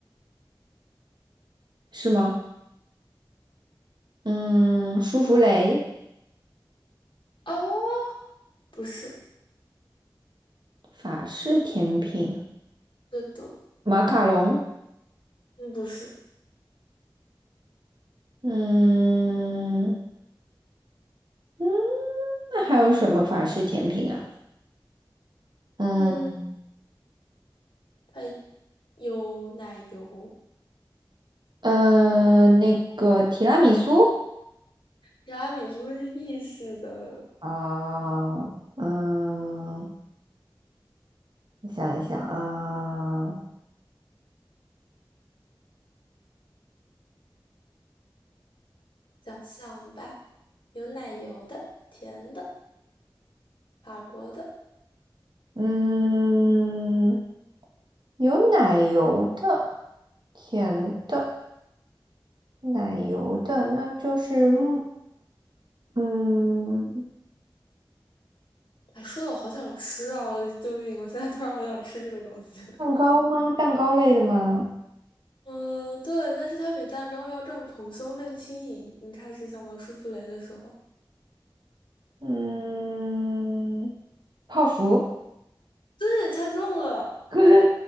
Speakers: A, on the right; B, on the left.
A: 是吗？嗯，舒芙蕾，
B: 哦，不是，
A: 法式甜品，
B: 这都，
A: 马卡龙，
B: 嗯，不是，
A: 嗯嗯，那还有什么法式甜品啊？嗯
B: 嗯，还有奶油，
A: 嗯，那个提拉米苏。
B: 提拉米苏是意式的
A: 啊、嗯，我想一想啊、
B: 想项吧，有奶油的，甜的，法国的。
A: 嗯，有奶油的，甜的，奶油的，那就是木嗯，
B: 哎，说的我好想吃啊！我救命！我现在突然好想吃这个东西。
A: 蛋糕吗？
B: <laughs>
A: 蛋糕类的吗？
B: 嗯，对，但是它比蛋糕要更蓬松、更轻盈。你开始想到舒芙蕾的时候，
A: 嗯，泡芙。
B: 对，猜中了。
A: <laughs>